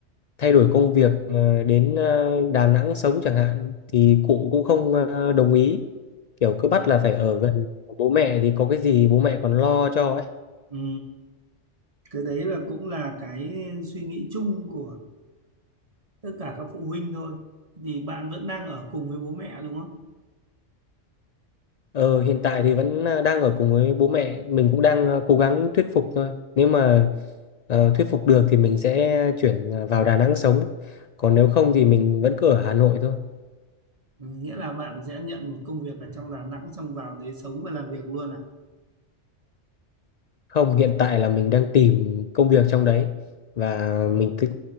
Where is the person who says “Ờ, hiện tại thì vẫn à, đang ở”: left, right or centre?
Left